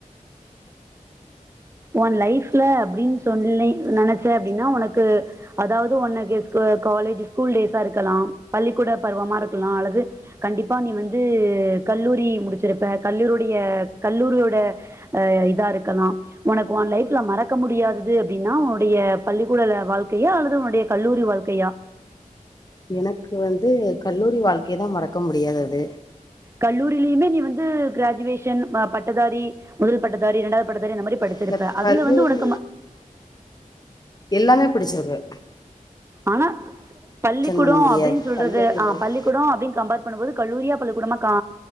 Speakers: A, on the right; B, on the left.
A: உன் லைப்ல அப்டின்னு சொல்லி நினைச்சே அப்டின்னா உனக்கு அதாவது உனக்கு காலேஜ் ஸ்கூல் டேஸா இருக்கலாம் பள்ளிக்கூட பருவமா இருக்கலாம் அல்லது கண்டிப்பா நீ வந்து கல்லூரி முடிச்சிருப்ப கல்லூரியடைய கல்லூரியோட அ இதா இருக்கலாம் உனக்கு உன் லைஃப்ல மறக்க முடியாதது அப்டின்னா உனுடைய பள்ளிக்கூடல வாழ்க்கையா அல்லது உன்னுடைய கல்லூரி வாழ்க்கையா
B: எனக்கு வந்து கல்லூரி வாழ்க்கைய தா மறக்க முடியாதது
A: கல்லூரிலயுமே நீ வந்து கிராஜுவேஷன் பட்டதாரி முதல் பட்டதாரி இரண்டாவது பட்டதாரி அந்த மாரி படிச்சிருப்ப
B: இல்ல
A: அதுல
B: கல்லூரி
A: வந்து உனக்கு ம
B: எல்லாமே பிடிச்சிருக் க்கு
A: ஆனா பள்ளிக்கூடம்
B: பண்ண முடியாது
A: அப்டின்னு சொல்றது
B: கல்லூரி
A: ஆ
B: லைஃப்
A: பள்ளிக்கூடம் அப்டின்னு கம்பேர் பண்ணும்போது கல்லூரியா பள்ளிக்கூடமா கா